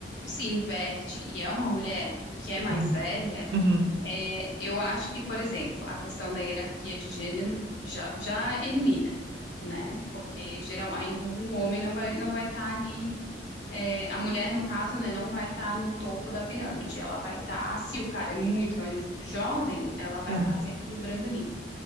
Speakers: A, on the left; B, on the right.
A: se inverte e é uma mulher que é mais
B: Hum.
A: velha,
B: Uhum.
A: é, eu acho que, por exemplo, a questão da hierarquia de gênero já, já elimina, né? Porque geral, aí o homem não vai não vai estar ali é, a mulher, no caso, né, não vai estar no topo da pirâmide. Ela vai estar, se o cara é muito mais jovem, ela vai
B: é.
A: estar se equilibrando ali.